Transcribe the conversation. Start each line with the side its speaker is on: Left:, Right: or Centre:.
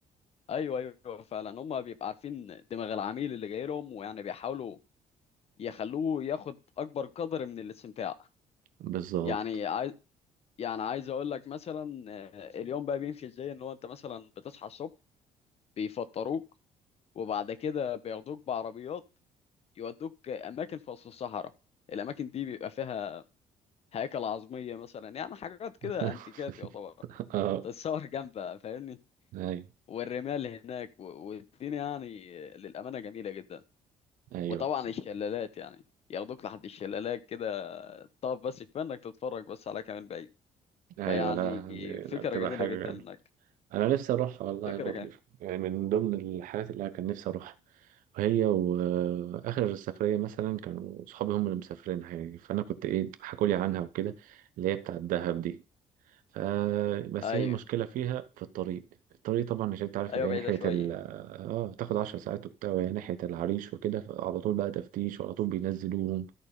Left: ايوه ايوه فعلا هم بيبقى عارفين دماغ العميل اللي جاي لهم ويعني بيحاولوا يخلوه ياخد اكبر قدر من الاستمتاع
Right: بالظبط
Left: يعني عايز يعني عايز اقول لك مثلا آه، اليوم بقى بيمشي ازاي ان هو انت مثلا بتصحى الصبح بيفطروك وبعد كده بياخدوك بعربيات يودوك اماكن في وسط الصحراء الاماكن دي بيبقى فيها هياكل عظميه مثلا يعني حاجات كده
Right: <laughs>
Left: انتيكات يعتبر
Right: اه
Left: تتصور جنبها فاهمني
Right: ايوه
Left: والرمال هناك و- والدنيا يعني آه، للامانه جميله جدا
Right: ايوه
Left: وطبعا الشلالات يعني ياخدوك لحد الشلالات كده طب بس كفايه انك تتفرج بس على كمان بعيد
Right: ايوه
Left: فيعني
Right: لا
Left: فكره
Right: لا بتبقى
Left: جميله
Right: حاجة
Left: جدا
Right: جامدة
Left: انك
Right: انا نفسي اروحها والله
Left: فكره
Right: برضو
Left: جميله
Right: يعني من ضمن الحاجات اللي انا كان نفسي اروحها هي واخر سفريه مثلا كانوا صحابي هم اللي مسافرين حقيقي فانا كنت ايه حكولي عنها وكده اللي هي بتاعه الدهب دي ف- بس
Left: ايوه
Right: هي المشكله فيها في الطريق الطريق طبعا مش انت عارف
Left: ايوه
Right: اللي هي
Left: بعيده
Right: ناحيه
Left: شويه
Right: ال اه بتاخد عشر ساعات وبتاع وهي ناحيه العريش وكده فعلى طول بقى تفتيش وعلى طول بينزلوهم